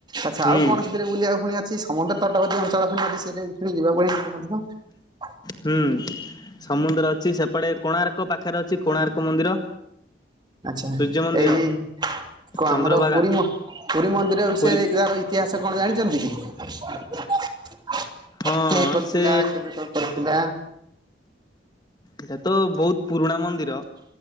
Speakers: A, on the right (about 25°); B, on the left (about 20°).
A: ଆଛା
B: ହୁଁ
A: ଆଉ କଣ ସେଥିରେ ବୁିବାକୁୁଣି ଅଛି ସମୁଦ୍ର ତଟ ମସଲା ଆ ଯିବା ପ <unintelligible>
B: ହୁଁ। ସମୁଦ୍ର ଅଛି ସେପଟେ କୋଣାର୍କ ପାଖରେ ଅଛି କୋଣାର୍କ ମନ୍ଦିର।
A: ଆଚ୍ଛା
B: ସୂର୍ଯ୍ୟ ମନ୍ଦିର
A: ଏଇ କୁହ
B: ଚନ୍ଦ୍ରଭାଗା
A: ଆମର ପୁରୀ ପୁରୀ ମନ୍ଦିର ବିଷୟରେ
B: ପୁରୀ
A: ଯହାର ଇତିହାସ ସେ କଣ ଜାଣିଛନ୍ତି କି?
B: ହଁ
A: କିଏ କରିଥିଲା
B: ସେ
A: କେବେଣ କରିଥିଲା?
B: ଏଇଟା ତ ବହୁତ ପୁରୁଣା ମନ୍ଦିର?